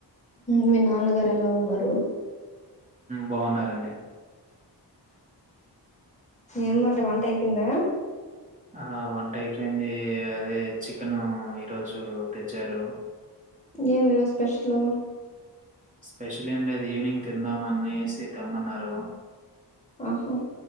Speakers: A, on the left (about 15°); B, on the right (about 20°).
A: మీ నాన్నగారు ఎలా ఉన్నారు
B: బాగున్నారండి
A: ఏమ్మంట వంట అయిపోయిందా
B: ఆ వంట అయిపోయింది అదే చికెన్ ఈరోజు తెచ్చారు
A: ఏమి ఈరోజు స్పెషల్
B: స్పెషల్ ఏం లేదు ఈవినింగ్ తిందామనేసి తెమ్మన్నారు
A: ఆహా